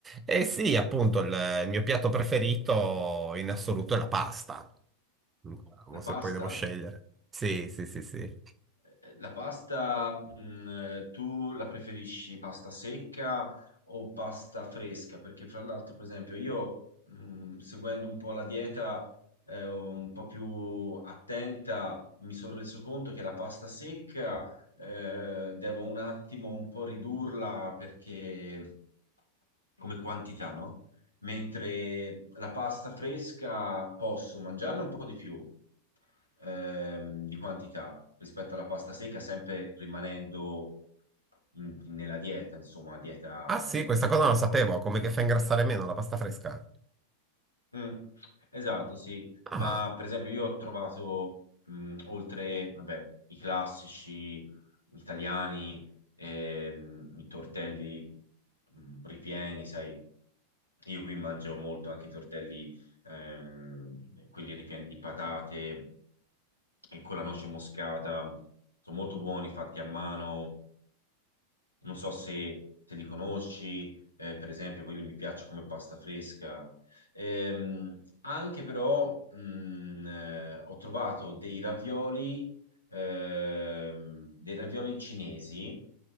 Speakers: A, on the right; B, on the left.
A: Eh sì, appunto, il, il mio piatto preferito in assoluto è la pasta. Diciamo,
B: La
A: Se
B: pasta?
A: poi devo scegliere. Sì, sì, sì, sì.
B: Eh, La pasta, mh, eh, tu la preferisci pasta secca o pasta fresca? Perché fra l'altro, per esempio, io, mh, seguendo un po' la dieta, eh, un po' più attenta, mi sono reso conto che la pasta secca, eh, devo un attimo un po' ridurla perché come quantità, no? Mentre la pasta fresca posso mangiarne un po' di più ehm, di quantità rispetto alla pasta secca, sempre rimanendo in- nella dieta, insomma, dieta,
A: Ah sì,
B: insomma,
A: questa
B: ipocalorica.
A: cosa non la sapevo. Come che fa ingrassare meno la pasta fresca?
B: Mm, esatto, sì,
A: Ah.
B: ma per esempio io ho trovato, mm, oltre, vabbè, i classici italiani, ehm, i tortelli, mm, ripieni, sai, io qui mangio molto anche i tortelli, ehm, quelli ripieni di patate e con la noce moscata, sono molto buoni, fatti a mano, non so se, se li conosci, eh, per esempio, quelli mi piace come pasta fresca. Ehm, anche però mh, eh, ho trovato dei ravioli, ehm, dei ravioli cinesi,